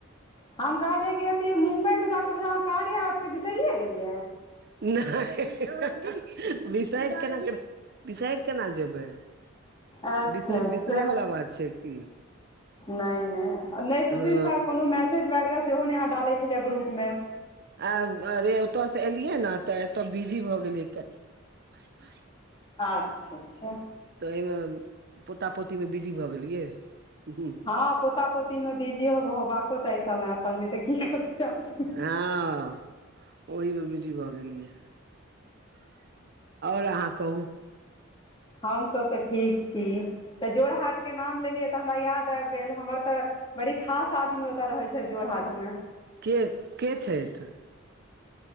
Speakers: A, on the left; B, on the right.
A: हम कहलियै कि अथी मुम्बइ में जाकऽ ब अहाँ कारे आबिके बिसरिये गेलियै
B: नइ विसइड केनाक बिसैर केना जेबै
A: अच्छा
B: बिस
A: अच्छा
B: बिसरे बला बात छय की
A: नहि नहि नहि तू
B: हँ
A: दिनसँ कोनो मैसेज वगैरह सेहो अहाँ डालै छलियै ग्रुप में
B: आ अरे ओतयसँ एलियै ने तऽ एतय बिजी भऽ गेलियै कनि <unintelligible>
A: अच्छा अच्छा
B: तऽ एहिमें पोता पोती मे बिजी भऽ गेलियै ह
A: हँ पोता पोती में बिजी होबाको चाही समयप नहि तऽ की करतै
B: हँ ओहि में बिजी भऽ गेलियै ओर अहाँ कहू
A: हमसब तऽ ठीक छी तऽ जोड़ हाट के नाम लेलियै तऽ हमरा याद आबि गेल हमर तऽ बड़ी खास आदमी ओतऽ रहै छय जोड़ हाट मे
B: के के छैथ